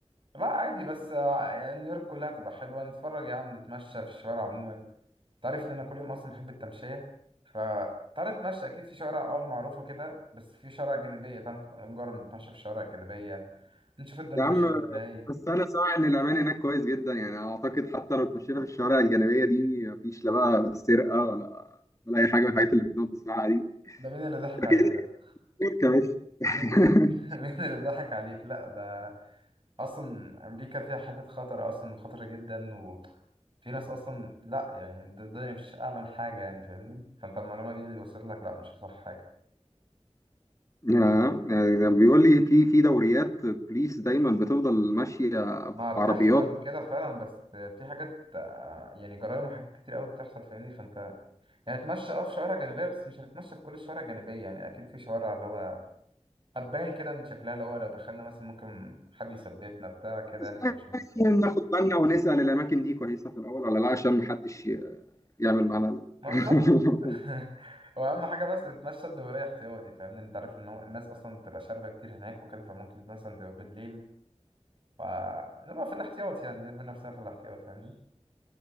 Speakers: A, on the right; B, on the left.
A: لا عادي بس آه، يعني نيويورك كلها تبقى حلوه نتفرج يا عم نتمشى في الشوارع عموما انت عارف ان انا كل يوم اصلا بحب التمشيه ف تعالى نتمشى اكيد في شوارع اه معروفه كده بس في شوارع جانبيه تعالى نجرب نتمشى في الشوارع الجانبيه نشوف الدنيا
B: يا
A: ماشيه
B: عم
A: ازاي
B: بس انا سامع ان الامان هناك كويس جدا يعني اعتقد حتى لو اتمشينا في الشوارع الجانبيه دي مفيش لا بقى سرقه ولا ولا اي حاجه من الحاجات اللي بنقعد نسمعها دي
A: ده مين اللي ضحك عليك
B: اكيد
A: ده
B: يا باشا <laughs>
A: مين <laughs> مين اللي ضحك عليك لا ده اصلا امريكا فيها حتت خطر اصلا وخطرة جدا وفي ناس اصلا لا يعني ده الدنيا مش امن حاجة يعني فاهمني فانت المعلومة دي اللي وصلت لك لا مش صح حاجة
B: آه، يعني ده بيقول لي في في دوريات بوليس دايما بتفضل ماشيه
A: ما بتحصل
B: بعربيات
A: كده فعلا بس في حاجات آه، يعني جرايم وحاجات كتير قوي بتحصل فاهمني فانت يعني اتمشى اه في شوارع جانبية بس مش هنتمشى في كل الشوارع الجانبية يعني أكيد في شوارع اللي هو هتبان كده من شكلها اللي هو لو دخلنا مثلا ممكن حد يثبتنا بتاع كده
B: بس
A: يعني فمش
B: يعني ناخد بالنا ونسال الاماكن دي كويسه في الاول ولا لا عشان محدش ي- يعمل معانا ال-
A: ما
B: <laughs>
A: بالظبط <laughs> واهم حاجه بس نتمشى الدوريه احتياطي فاهمني انت عارف ان هو الناس اصلا بتبقى شاربه كتير هناك وكده فممكن مثلا تبقى بالليل فنبقى في الاحتياط يعني نرمي نفسنا في الاحتياط فاهمني